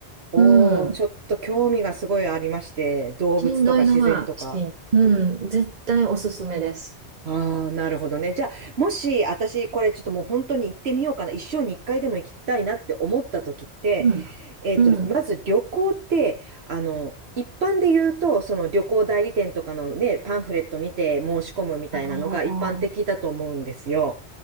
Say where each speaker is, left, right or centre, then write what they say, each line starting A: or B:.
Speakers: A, on the right (about 70°); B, on the right (about 45°).
A: おー、
B: うん。
A: ちょっと興味がすごいありまして、動物とか自然とか。
B: しんどいのは、しん、うん、絶対おすすめです。
A: ああ、なるほどね。じゃあ、もし、私、これちょっともう本当に行ってみようかな。一生に一回でも行きたいなって思った時って、
B: うん。
A: えっと、
B: うん。
A: まず旅行って、あの、一般で言うと、その旅行代理店とかのね、パンフレット見て申し込むみたいなのが一般的だと思うんですよ。
B: ああ。